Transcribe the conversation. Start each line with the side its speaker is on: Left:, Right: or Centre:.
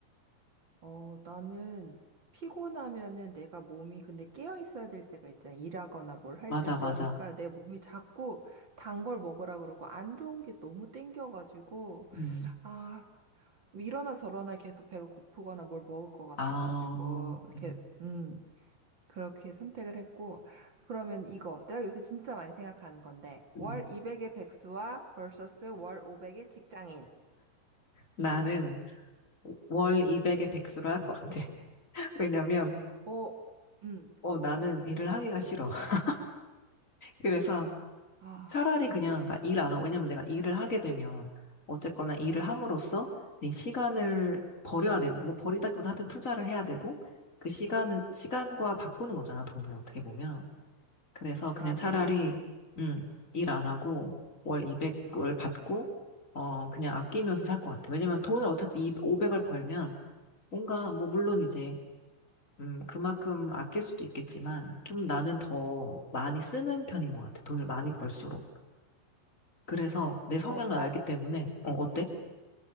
Right: 어, 나는 피곤하면은 내가 몸이 근데 깨어 있어야 될 때가 있잖아. 일하거나 뭘 할
Left: 맞아,
Right: 때 그러니까
Left: 맞아.
Right: 내 몸이 자꾸 단 걸 먹으라 그러고 안 좋은 게 너무 땡겨가지고
Left: 음.
Right: 아, 뭐 이러나 저러나 계속 배가 고프거나 뭘 먹을 것 같아가지고
Left: 아,
Right: 이렇게
Left: 음.
Right: 음 그렇게 선택을 했고 그러면 이거 내가 요새 진짜 많이 생각하는 건데
Left: 음.
Right: 월 200의 백수와 vs 월 500의 직장인.
Left: 나는 월 200의 백수를 할 것 같아. <laughs> 왜냐면,
Right: 어, 음,
Left: 어, 나는 일을 하기가 싫어. <laughs> 그래서,
Right: 아,
Left: 차라리 그냥 그러니까 일 안 하고 왜냐면 내가 일을 하게 되면 어쨌거나 일을 함으로써 내 시간을 버려야 되는 뭐 버리다기보다 하여튼 투자를 해야 되고 그 시간은 시간과 바꾸는 거잖아 돈을 어떻게 보면 그래서 그냥
Right: 맞아,
Left: 차라리
Right: 맞아.
Left: 음일 안 하고 월 200을 받고 어 그냥 아끼면서 살 것 같아 왜냐면 돈을 어차피 500을 벌면 뭔가 뭐 물론 이제 음 그만큼 아낄 수도 있겠지만 좀 나는 더 많이 쓰는 편인 것 같아 돈을 많이 벌수록 그래서 내 성향을
Right: 어, 나
Left: 알기 때문에, 어, 어때?